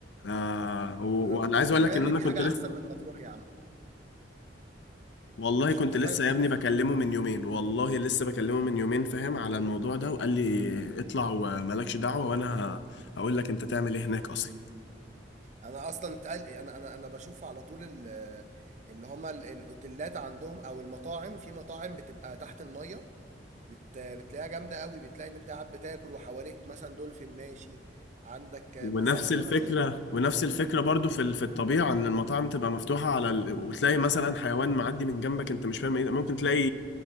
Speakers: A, on the left (about 70°); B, on the right (about 40°).
A: آه و...
B: ده أنا ما
A: وانا
B: كنتش
A: عايز
B: متخيل
A: اقول لك ان انا
B: إن في
A: كنت
B: حاجة
A: لسه
B: أحسن من مطروح يا عم
A: والله
B: ما كنتش
A: كنت
B: متخيل
A: لسه
B: خالص
A: يا ابني بكلمه
B: صراحة.
A: من يومين والله لسه بكلمه من يومين فاهم على الموضوع ده وقال لي اطلع ومالكش دعوة وانا هقول لك انت تعمل ايه هناك اصلا
B: انا اصلا اتقل انا انا انا بشوف على طول ال- اللي هما ال- الاوتيلات عندهم او المطاعم في مطاعم بتبقى تحت المية بت... بتلاقيها جامدة قوي بتلاقي ان انت قاعد بتاكل وحواليك مثلا دولفين ماشي عندك
A: ونفس
B: ما سمكة
A: الفكرة
B: ماشية
A: ونفس الفكرة برضو في ال- في الطبيعة ان المطاعم تبقى مفتوحة على ال... وتلاقي مثلا حيوان معدي من جنبك انت مش فاهم ايه ده ممكن تلاقي